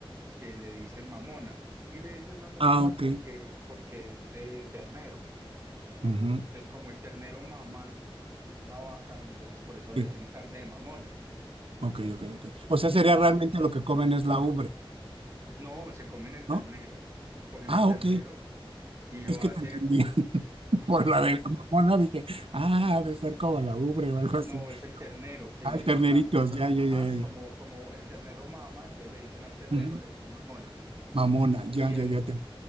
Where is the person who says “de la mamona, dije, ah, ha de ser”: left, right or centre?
Right